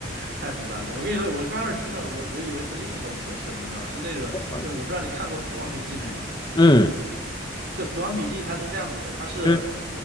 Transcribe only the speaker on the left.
嗯
嗯，
嗯